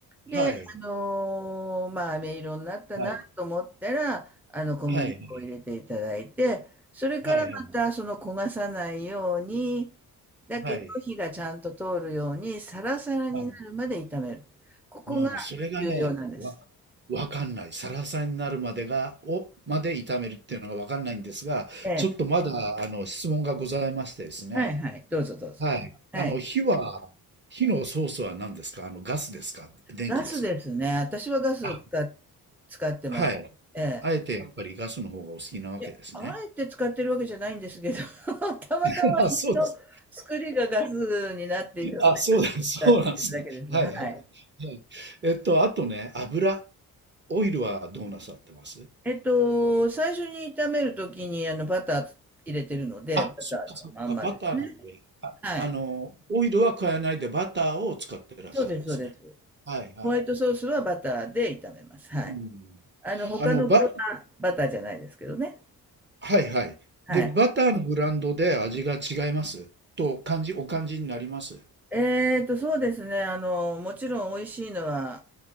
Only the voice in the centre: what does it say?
で、
あのーまあ、飴色になったなと思ったら、
あの、小麦粉を入れていただいて、
それからまたその焦がさないように、
だけど火がちゃんと通るようにサラサラになるまで炒める。
ここが
重要なんです。
ええ。
はいはい。どうぞどうぞ。
はい。
ガスですね。私はガスを使っ、
使ってます。
ええ。
いや、あえて使ってるわけじゃないんですけど、<laughs> たまたま家の作りがガスになっているので、
使ってるだけです。
はい。
えっと、最初に炒めるときにあのバター入れてるので、
バターのまんまですね。
はい。
そうです、そうです。
ホワイトソースはバターで炒めます。はい。
あの、他の具はバターじゃないですけどね。
はい。
えっと、そうですね。あの、もちろん美味しいのは、